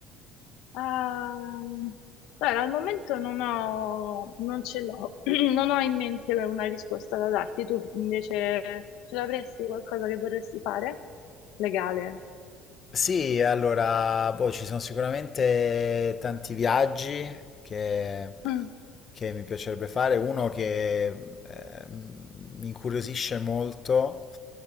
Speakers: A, on the left; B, on the left.
A: Ehm, guarda, al momento non ho, non ce l'ho, <clears throat> non ho in mente una risposta da darti. Tu invece ce l'avresti qualcosa che vorresti fare? Legale?
B: Sì, allora, boh, ci sono sicuramente tanti viaggi che,
A: Mm,
B: che mi piacerebbe fare. Uno che eh, mi incuriosisce molto